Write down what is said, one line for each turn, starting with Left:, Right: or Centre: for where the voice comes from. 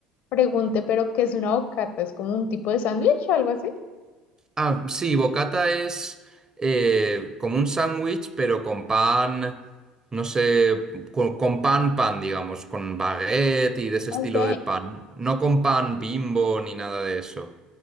Left: pregunte, pero ¿qué es una bocata? ¿Es como un tipo de sándwich o algo así?
Right: Ah, sí, bocata es eh, como un sándwich, pero con pan, no sé, con, con pan, pan, digamos, con baguette y de ese
Left: Ok.
Right: estilo de pan. No con pan Bimbo ni nada de eso.